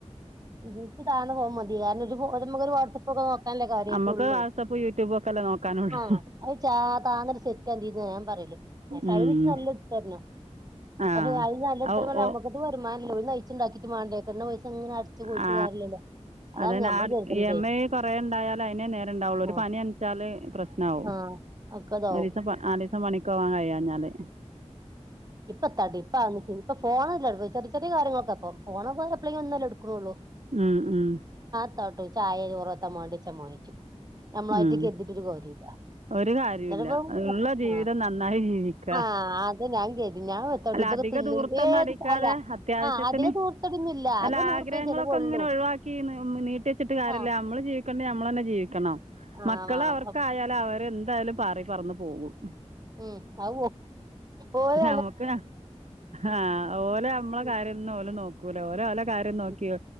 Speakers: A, on the right; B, on the right.
A: ഇതീക്ക് താന്ന ഫോൺ മതി തിയാനൊരു ബോധം <unintelligible> തല്ലേ കാര്യമായിട്ടൊള്ളൂ
B: നമുക്ക് വാട്സപ്പ് യൂട്യൂബ് ഒക്കെ അല്ലേ നോക്കാനുള്ളൂ
A: ആ അഹ് ചാ താ ന്നൊരു സെറ്റ് തിന്നാ ഞാ പറയല്. അശയ്ന്ച്ച്
B: ഉം
A: നല്ലത് ഇട്ത്തരണം.
B: ആ
A: പഷേ അയ്‌ന് നല്ലെ ഇട്
B: ഓ
A: തരണം പറയാൻ
B: ഓ
A: ഞമ്മക്കൊന്നും വരുമാന ല്ലല്ലോ... ഓല് നയിച്ച്ണ്ടാക്കീട്ട് മാണ്ടേ കിട്ട്ണ പൈസ ഇങ്ങനെ അടിച്ച് പോയിട്ട്
B: ആ
A: കാര്യല്ലല്ലോ അതാണ്
B: അതട്
A: ഞമ്മള് കരുതണതേ
B: എം ഐ കൊറെേ ഉണ്ടായാലൽ അതിന നേരം ഉണ്ടാവുള്ളൂ ഒരു
A: ആഹ്
B: പനി അനിച്ചാല് പ്രശ്നമാവും
A: ആഹ് ഒക്കതാവും
B: ആ ദിവസം <unintelligible> മണിക്കോവാൻ കഴിയാഞ്ഞാല്..
A: ഇപ്പൊ എത്താടി ഇപ്പ അഒന്നുംഇപ്പൊ ഫോണ് <unintelligible> ചെറി ചെറിയ കാര്യങ്ങ ക്കെ പ്പം ഫോണൊക്കെ എപ്പളേലും ഒന്നല്ലേ ഇടുക്കുണുള്ളൂ.
B: ഉം ഉം
A: <unintelligible> നമ്മളായിട്ട്
B: ഉം
A: കരുതിട്ടൊരു കാര്യമില്ല
B: ഒരു കാര്യല്ല
A: എന്നിട്ടിപ്പോ
B: ഉള്ള ജീവിതം
A: ആ
B: നന്നായി ജീവിക്ക
A: ആ അത് ഞാൻ കരുതി ഞാൻ വെത്തോട്ടു
B: അല്ല
A: ഇതൊക്കെ
B: അധിക
A: തിന്നെങ്കി
B: ദൂർത്തൊന്നും
A: ഏത്
B: അടിക്കാതെ
A: അല്ല
B: അത്യാവശ്യത്തിന്
A: ആ അധികം ദൂർത്തടിയൊന്നുമില്ല
B: അല്ല
A: ആകെ നൂറുപ്യ
B: ആഗ്രഹങ്ങളൊക്കെ
A: ചെലവുള്ളൂ
B: ഇങ്ങനെ ഒഴിവാക്കി നീട്ടി വെച്ചിട്ട് കാര്യമില്ല
A: ആ
B: നമ്മള് ജീവിക്കണ്ടേ നമ്മൾ തന്നെ ജീവിക്കണം
A: ആ
B: മക്കള
A: വേണം
B: അവർക്കായാല
A: അപ്പ-
B: അവരെന്ത് എന്തായാലും പാറി പറന്ന് പോകും
A: ഉം ഔ ഓയ
B: നമുക്ക് ആ ഓലെ മ്മളെ
A: ഉം
B: കാര്യം ഓലെ നോക്കും <unintelligible> കാര്യം നോക്കിയോ
A: ഉം